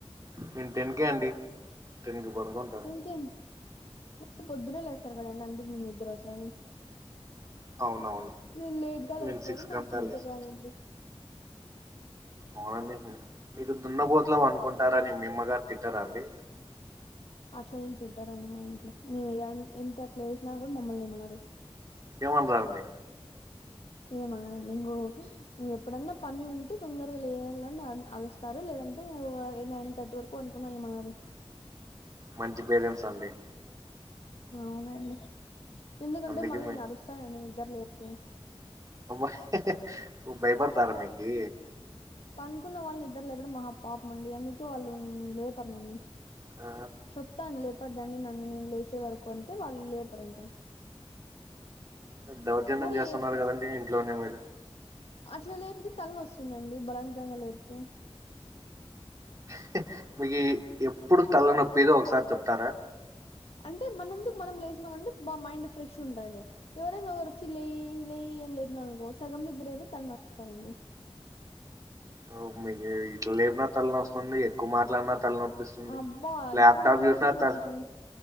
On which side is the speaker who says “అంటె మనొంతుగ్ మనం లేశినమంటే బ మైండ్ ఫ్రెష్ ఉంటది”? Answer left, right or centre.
Left